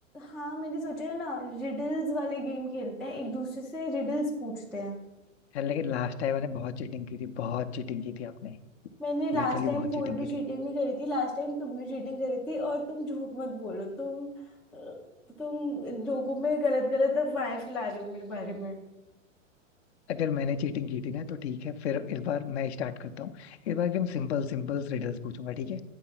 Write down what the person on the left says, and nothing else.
यार लेकिन लास्ट टाइम मैंने बहुत चीटिंग की थी बहुत चीटिंग की थी आपने
लिटरली
बहुत
चीटिंग
की
थी
अगर मैंने चीटिंग की थी ना तो ठीक है फिर इस बार मैं स्टार्ट करता हूँ इस बार एकदम सिंपल सिंपल रिडल्स पूछूंगा ठीक है